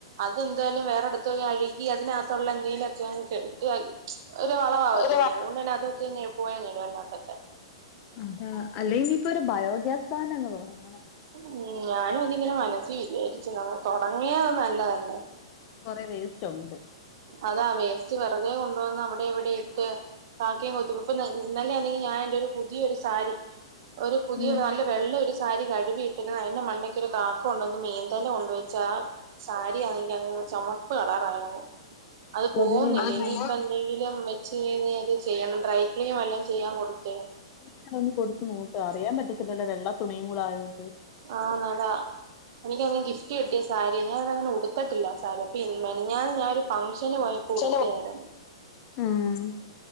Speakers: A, on the right (about 50°); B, on the left (about 35°).
A: അതെന്തായാലും വേറെടുത്തു പോയി അഴുകി അതിനകത്തുള്ള എന്തേലും ഒക്കെ അങ്ങ് <unintelligible> ഒരു വളാവത്തില്ലേ,
B: അതാ
A: അതുകൊണ്ട് തന്നെ അതൊക്കെ ങ്ങെപ്പോഴും അങ്ങിടും അതിനകത്തൊക്കെ.
B: അതാ, അല്ലെ ഇനിയിപ്പൊരു ബയോഗ്യാസ് പ്ലാന്റങ്ങു തൊടങ്ങണം.
A: ഉം, ഞാനും അതിങ്ങനെ മനസ്സി വിചാരിച്ചു, തൊടങ്ങിയാ അത് നല്ലതല്ലേ.
B: കൊറേ വേസ്‌റ്റൊണ്ട്.
A: അതാ വേസ്റ്റ് വെറുതെ കൊണ്ടുവന്ന് അവടെ ഇവിടെ ഇട്ട് കാക്കേം കൊത്തി, ഇപ്പൊ ഇന്നലെയാണെങ്കിൽ ഞാനെന്റെ ഒരു പുതിയൊരു സാരി, ഒരു പുതിയ
B: ഉം
A: നല്ല നല്ലയൊരു സാരി കഴുകി ഇട്ടക്ക്ണ് അയിന്റെ മണ്ടക്കൊരു കാക്ക കൊണ്ടുവന്ന് മീന്തല കൊണ്ടുവെച്ചാ സാരിയാണെങ്കിയങ്ങു ചൊമപ്പ് കളറായങ്. അത് പോകുന്നില്ല,
B: അതിന് എന്ത്
A: ഇനിയിപ്പെന്തെങ്കിലും!
B: ചെയ്യും
A: ചെയ്യുവെങ്കി അത് ചെയ്യണം, ഡ്രൈ ക്ലീനിങ് വല്ലോം ചെയ്യാൻ കൊടുത്ത്
B: എളുപ്പൊന്ന് കൊടുത്തു നോക്ക്, അറിയാൻ പറ്റത്തില്ലല്ലോ വെള്ള തുണീം കൂടെ ആയതോണ്ട്.
A: ആണതാ എനിക്കാണെ ഗിഫ്റ്റ് കിട്ടിയ സാരിയ ഞാനതങ്ങനുടുത്തിട്ടില്ലാ സാരി, അപ്പ ഈ മിനിഞ്ഞാന്ന് ഞാനൊരു ഫംഗങ്ഷന് പോയ ഉടുത്തയാരുന്നു,
B: ചില ഉം,